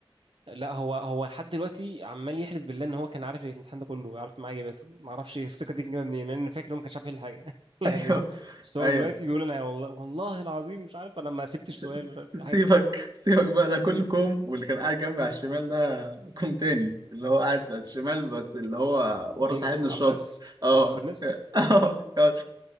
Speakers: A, on the right (about 65°); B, on the right (about 45°).
A: لا هو هو لحد دلوقتي عمال يحلف بالله ان هو كان عارف الامتحان ده كله عارف معاه اجاباته ما اعرفش <laughs> إيه الثقه دي جايه منين لان انا فاكر إن هو ما كانش عارف يحل حاجه <laughs> يعني
B: ايوه
A: هو بس هو
B: ايوه
A: دلوقتي بيقول انا والله والله العظيم مش عارف انا ما سبتش سؤال
B: س-
A: مش عارف إيه،
B: سيبك
A: حاجه كده
B: سيبك بقى ده كله كوم واللي كان قاعد جنبي على الشمال ده كوم تاني اللي هو قاعد على الشمال بس اللي هو ورا
A: مين
B: صاحبنا
A: عباس
B: الشاطر اه
A: ابن الفرنس
B: <laughs>
A: <laughs>
B: اه يقعد،